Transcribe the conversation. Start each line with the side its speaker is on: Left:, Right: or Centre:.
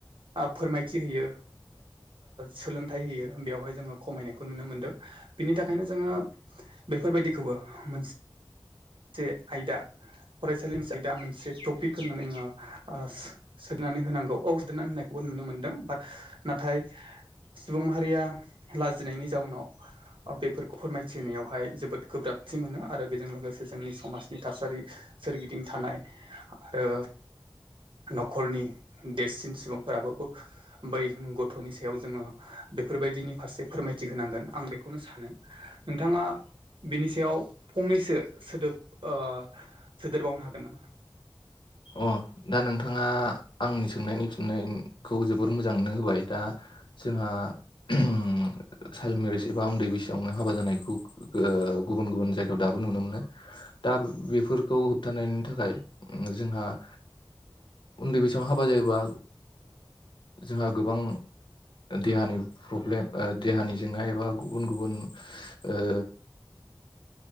Right: फोरमायथि होयो। सोलोंथाइ होयो बेवहाय जोङो खमायनायखौ नुनो मोनदों। बिनि थाखायनो जोङो बेफोरबायदिखौबो मोनसे से आयदा फरायसालिनि आयदा मोनसे टपिक होननानै आङो ओ सोनानै होनांगौ। औ सोनानै होनायखौबो नुनो मोनदों बाट नाथाय सुबुं माहारिया लाजिनायनि जाउनाव बेफोरखौ फोरमायथिनायावहाय जोबोद गोब्राबथि मोनो। आरो बेजों लोगोसे जोंनि समाजनि थासारि सोरगिदिं थानाय आरो न'खरनि देरसिन सुबुंफोराबो बै गथ'नि सायाव जोङो बेफोरबायदिनि फारसे फोरमायथि होनांगोन आं बेखौनो सानो। नोंथाङा बिनि सायाव फंनैसो सोदोब ओ सोदेरबावनो हागोन नामा?
Left: अ दा नोंथाङा आंनि सोंनायनि फिन्नायखौ जोबोर मोजांनो होबाय दा। जोंहा चाइल्ड मेरिज एबा उन्दै बैसोआवनो हाबा जानायखौओ गुबुन गुबुन जायगायाव दाबो नुनो मोनो। दा बेफोरखौ होब्थानायनि थाखाय जोंहायो उन्दै बैसोआव हाबा जायोबा जोंहा गोबांओ देहानि प्रब्लेम देहानि जेंना एबा गुबुन गुबुनो ओ